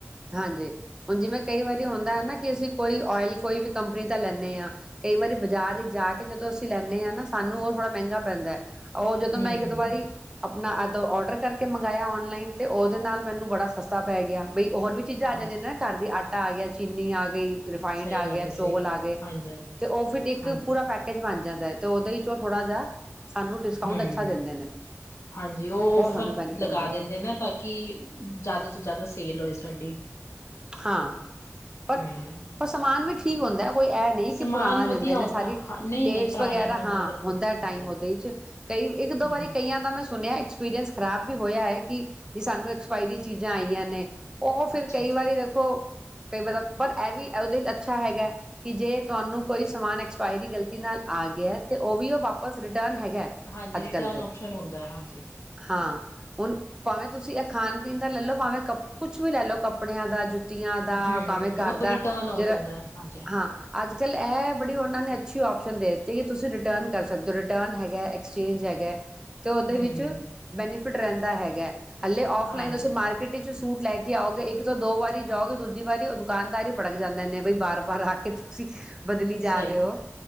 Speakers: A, on the right; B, on the left.
A: ਹਾਂਜੀ ਹੁਣ ਜਿਵੇਂ ਕਈ ਵਾਰੀ ਹੁੰਦਾ ਹੈ ਨਾ ਕਿ ਅਸੀਂ ਕੋਈ ਓਇਲ ਕੋਈ ਵੀ ਕੰਪਨੀ ਦਾ ਲੈਂਨੇ ਹਾਂ ਕਈ ਵਾਰੀ ਬਾਜ਼ਾਰ ਵਿੱਚ ਜਾ ਕੇ ਜਦੋਂ ਅਸੀਂ ਲੈਂਨੇ ਹਾਂ ਨਾ ਸਾਨੂੰ ਉਹ ਥੋੜ੍ਹਾ ਮਹਿੰਗਾ ਪੈਂਦਾ। ਉਹ ਜਦੋਂ
B: ਹਮ
A: ਮੈਂ ਇੱਕ ਦੋ ਵਾਰੀ ਆਪਣਾ ਅਦੋਂ ਔਡਰ ਕਰਕੇ ਮੰਗਾਇਆ ਔਨਲਾਈਨ ਅਤੇ ਉਹਦੇ ਨਾਲ ਮੈਨੂੰ ਬੜਾ ਸਸਤਾ ਪੈ ਗਿਆ ਬਈ ਹੋਰ ਵੀ ਚੀਜ਼ਾਂ
B: ਹਾਂਜੀ
A: ਆ ਜਾਂਦੀਆਂ ਨੇ ਨਾ ਘਰ ਦੀ ਆ ਆ ਗਿਆ ਚੀਨੀ ਆ ਗਈ। ਰਿਫਾਇੰਡ
B: ਸਹੀ
A: ਆ
B: ਗੱਲ
A: ਗਿਆ,
B: ਹੈ
A: ਚੋਲ
B: ਸਹੀ
A: ਆ ਗਏ
B: ਹਾਂਜੀ ਹਾਂਜੀ
A: ਤੇ ਉਹ ਫਿਰ ਇੱਕ
B: ਹਾਂਜੀ
A: ਪੂਰਾ ਪੈਕੇਜ ਬਣ ਜਾਂ ਤੇ ਉਹਦੇ ਚ ਉਹ ਥੋੜਾ ਜਿਹਾ ਸਾਨੂੰ ਡਿਸਕਾਊਂਟ
B: ਹਮ
A: ਅੱਛਾ ਦਿੰਦੇ ਨੇ
B: ਹਾਂਜੀ ਉਹ
A: ਸਾਨੂੰ
B: ਫਰ
A: ਬੈਨੀਫਿਟ
B: ਲਗਾ
A: ਮਿਲਦਾ
B: ਦਿੰਦੇ ਨਾ ਤਾਂ ਕਿ ਜ਼ਿਆਦਾ ਤੋਂ ਜ਼ਿਆਦਾ ਸੇਲ ਹੋਏ ਸਾਡੀ।
A: ਹਾਂ ਪਰ,
B: ਹਮ
A: ਪਰ ਸਮਾਨ ਵੀ ਠੀਕ ਹੁੰਦਾ। ਕੋਈ ਇਹ ਨਹੀਂ
B: ਸਮਾਨ
A: ਕਿ ਪੁਰਾਣਾ
B: ਵਧੀਆ
A: ਦਿੰਦੇ ਨੇ
B: ਹੁੰਦਾ
A: ਸਾਰੀ
B: ਨਹੀਂ
A: ਡੇਟਸ
B: ਨਹੀਂ ਪੁਰਾਣਾ
A: ਵਗੈਰਾ
B: ਨੀ
A: ਹਾਂ
B: ਵਧੀਆ
A: ਹੁੰਦਾ
B: ਹਾਂਜੀ
A: ਟਾਈਮ
B: ਹਾਂਜੀ
A: ਉਹਦੇ ਚ ਕਈ ਇੱਕ ਦੋ
B: ਹਮ
A: ਵਾਰੀ ਕਈਆਂ ਦਾ ਮੈਂ ਸੁਣਿਆ ਐਕਸਪੀਰੀਅੰਸ ਖਰਾਬ ਵੀ ਹੋਇਆ ਹੈ ਕਿ ਸਾਨੂੰ ਐਕਸਪਾਇਰੀ ਚੀਜ਼ਾਂ ਆਈਆਂ ਨੇ। ਉਹ ਫਿਰ
B: ਅੱਛਾ
A: ਕਈ
B: ਅੱਛਾ
A: ਵਾਰੀ ਕਈ ਵਾ ਪਰ ਇਹ ਵੀ ਉਹਦੇ ਚ ਅੱਛਾ ਹੈਗਾ ਕਿ ਜੇ ਤੁਹਾਨੂੰ ਕੋਈ ਸਮਾਨ ਐਕਸਪਾਇਰੀ ਗਲਤੀ ਨਾਲ ਆ ਗਿਆ ਤੇ ਉਹ ਵੀ ਉਹ ਵਾਪਸ ਰਿ ਟਨ ਹੈਗਾ
B: ਹਾਂਜੀ
A: ਅੱਜ
B: ਰਿਟਰਨ
A: ਕੱਲ ਤੇ
B: ਓਪਸ਼ਨ ਹੁੰਦਾ ਹਾਂਜੀ
A: ਹਾਂ। ਹੁਣ ਭਾਵੇਂ ਤੁਸੀਂ ਇਹ ਖਾਣ ਪੀਣ ਦਾ ਲੈ ਲਓ ਭਾਵੇਂ ਕ ਕੁਛ ਵੀ ਲੈ ਲਓ ਕੱਪੜਿਆਂ ਦਾ ਜੁ ਟੀਆਂ ਦਾ
B: ਹਮ
A: ਉਹ ਭਾਵੇਂ ਘਰ
B: ਉਹ
A: ਦਾ
B: ਰਿਟਰਨ ਹੋ
A: ਜਿਹੜਾ
B: ਜਾਂਦਾ ਹਾਂਜੀ
A: ਹਾਂ ਅੱਜ ਕੱਲ ਇਹ ਬੜੀ ਉਹਨਾਂ ਨੇ ਅੱਛੀ ਆਪਸ਼ਨ ਦੇ ਦਿੱਤੀ ਕਿ ਤੁਸੀਂ ਰਿਟਰਨ ਕਰ ਸਕਦੇ ਹੋ ਰਿਟਰਨ ਹੈਗਾ, ਐਕਸਚੇਂਜ ਹੈਗਾ। ਤੇ ਉਹਦੇ
B: ਹਮ
A: ਵਿੱਚ ਬੈਨੀ ਫਿਟ ਰਹਿੰਦਾ ਹੈਗਾ। ਹਲੇ ਔਫਲਾਈਨ
B: ਹਾਂਜੀ
A: ਦਾ ਸ ਮਾਰਕਿਟ ਇਚ ਸੂਟ ਲੈ ਕੇ ਆਓਗੇ ਇੱਕ ਤੋਂ ਦੋ ਵਾਰੀ ਜਾਓਗੇ ਦੂਜੀ ਵਾਰੀ ਉਹ ਦੁਕਾਨਦਾਰ ਹੀ ਭੜਕ ਜਾਂਦੇ ਨੇ ਬਈ ਬਾਰ-ਬਾਰ ਆ ਕੇ ਤੁਸੀਂ ਬਦਲੀ ਜਾ
B: ਸਹੀ
A: ਰਹੇ ਹੋ
B: ਹੈ